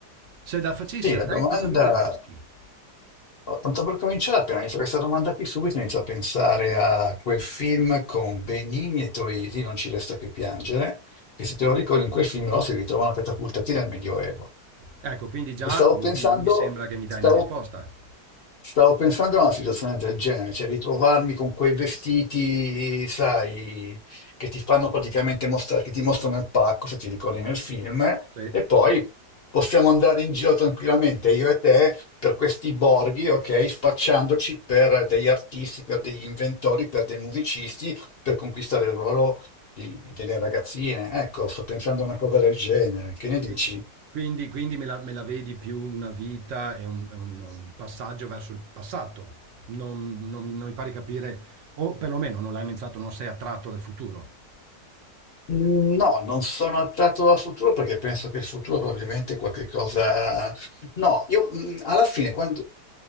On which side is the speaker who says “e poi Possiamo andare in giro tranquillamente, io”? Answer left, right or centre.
Left